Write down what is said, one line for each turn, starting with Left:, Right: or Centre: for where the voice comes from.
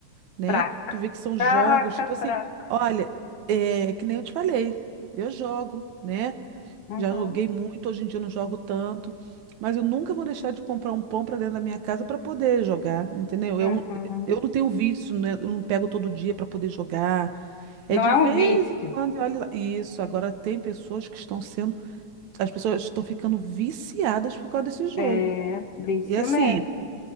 Right: né?
Left: Fraca.
Right: Tu vê que são
Left: Fraca,
Right: jogos, tipo assim,
Left: fraca.
Right: olha, é que nem eu te falei, eu jogo, né?
Left: Uhum,
Right: Já joguei muito, hoje em dia eu não jogo tanto, mas eu nunca vou deixar de comprar um pão para dentro da minha casa para poder jogar, entendeu? Eu,
Left: uhum.
Right: eu não tenho vício, né? Eu não pego todo dia para poder jogar. É
Left: Não
Right: de
Left: é
Right: vez
Left: um vício.
Right: em quando, olha lá. Isso, agora tem pessoas que estão sendo, as pessoas estão ficando viciadas por causa desse jogo.
Left: É vício
Right: E assim,
Left: mesmo.